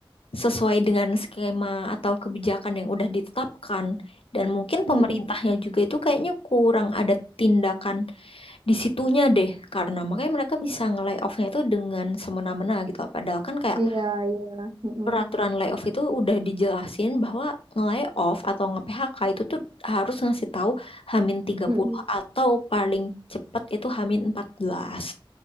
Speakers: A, on the left (about 80°); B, on the right (about 70°).
A: sesuai dengan skema atau kebijakan yang udah ditetapkan. Dan mungkin
B: mm,
A: pemerintahnya
B: mm.
A: juga itu kayaknya kurang ada tindakan di situnya deh, karena makanya mereka bisa nge-layoff-nya itu dengan semena-mena gitu. Padahal kan kayak
B: Iya, iya. Mm, mm,
A: peraturan layoff itu udah dijelasin bahwa nge-layoff atau nge-PHK itu tuh harus ngasih tahu Hamin tiga
B: mm,
A: puluh
B: mm.
A: atau paling cepat itu Hamin 14.